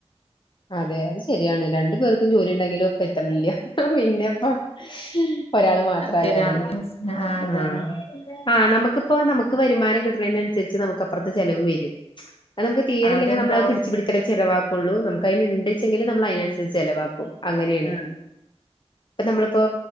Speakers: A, on the left (about 45°); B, on the left (about 65°).
A: അതെ അത് ശരിയാണ് രണ്ടു പേർക്കും ജോലി ഇണ്ടെങ്കിലും ഇപ്പ എത്തണില്ല പിന്നെപ്പോ. ഒരാള് മാത്രായാലേ
B: ശരിയാണ് അതാണ്
A: ആ. ആഹ നമുക്കിപ്പ നമുക്ക് വരുമാനം കിട്ടണതിന അനുസരിച്ച് നമുക്ക് അപ്പുറത്തെ ചെലവ് വരും.... അത് നമക്ക് തീരല്ലെങ്കിൽ
B: അത്ണ്ടാവും
A: നമ്മളത് പിടിച്ച് പിടിച്ചല്ലെ ചെലവാക്കൊള്ളു നമുക്ക് അയിന് ഇണ്ട്ച്ചങ്കിൽ നമ്മൾ അയിനനുസരി ചെലവാക്കും..... അങ്ങനെണ്
B: ഉം
A: ഇപ്പൊ നമ്മളിപ്പോ